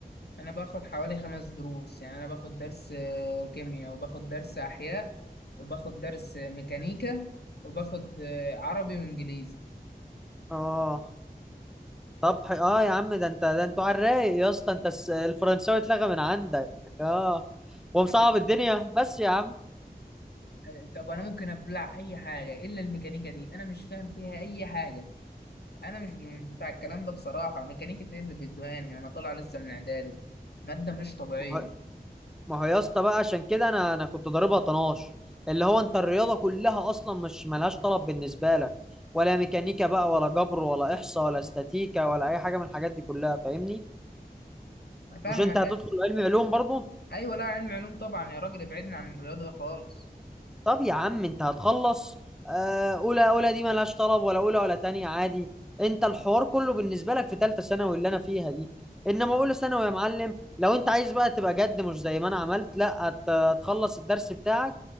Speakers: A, on the left (about 80°); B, in the centre.
A: انا باخد حوالي خمس دروس يعني انا باخد درس آه، كيمياء وباخد درس احياء وباخد درس آه، ميكانيكا وباخد آه، عربي وانجليزي
B: آه طب ح- اه يا عم ده انت ده انتوا على الرايق يا اسطى انت الس- الفرنساوي اتلغى من عندك اه ومصعب
A: أيوة.
B: الدنيا بس يا عم
A: آه، طب انا ممكن ابلع اي حاجه الا الميكانيكا دي انا مش فاهم فيها اي حاجه انا مش مش بتاع الكلام ده بصراحه ميكانيكا ايه اللي بيدوهاني انا طالع لسه من اعدادي ماده مش طبيعيه
B: ما هو ما هو يا اسطى بقى عشان كده انا انا كنت ضاربها طناش اللي هو انت الرياضه كلها اصلا مش ملهاش طلب بالنسبه لك ولا ميكانيكا بقى ولا جبر ولا احصاء ولا استاتيكا ولا اي حاجه من الحاجات دي كلها فاهمني
A: أنا فاهمك
B: مش انت هتدخل
A: أيوة.
B: علم علوم برضو
A: ايوه لا علم علوم طبعا يا راجل ابعدنا عن الرياضه خالص
B: طب يا عم انت هتخلص آه، اولى اولى دي ملهاش طلب ولا اولى ولا تانية عادي انت الحوار كله بالنسبه لك في ثالثه ثانوي اللي انا فيها دي انما اولى ثانوي يا معلم لو انت عايز بقى تبقى جد مش زي ما انا عملت لا هت- هتخلص الدرس بتاعك